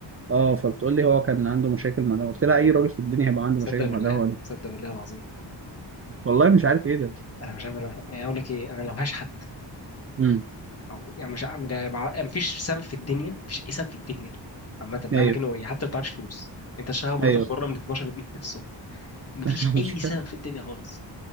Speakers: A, on the right (about 30°); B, on the left (about 30°).
A: اه فبتقول لي هو كان عنده مشاكل مع ده قلت لها اي راجل في الدنيا هيبقى عنده
B: صدق
A: مشاكل
B: بالله
A: مع ده هو
B: صدق بالله العظيم
A: والله مش عارف ايه ده
B: انا مش عارف انا يعني اقول لك ايه انا لو هشحت
A: امم
B: او يعني مش عم ده مع... يعني مفيش سبب في الدنيا مفيش اي سبب في الدنيا عامه مهما
A: ايوه
B: كان هو ايه حتى لو معكش فلوس انت شغال مراتك
A: ايوه
B: بره من 12 ل 8 الصبح مفيش
A: <laughs>
B: اي
A: مش فاهم
B: سبب في الدنيا خالص